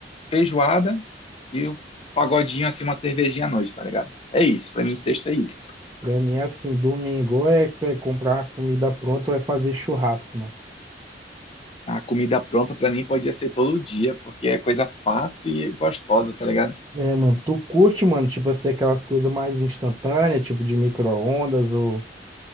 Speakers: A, on the left; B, on the right.
A: Feijoada e o pagodinho, assim, uma cervejinha à noite, tá ligado? É isso, pra mim sexta é isso.
B: Pra mim é assim, domingo ou é pe- comprar uma comida pronta ou é fazer churrasco, mano.
A: A comida pronta pra mim podia ser todo dia, porque é coisa fácil e gostosa, tá ligado?
B: É, mano, tu curte, mano, tipo assim, aquelas coisas mais instantâneas, tipo de micro-ondas ou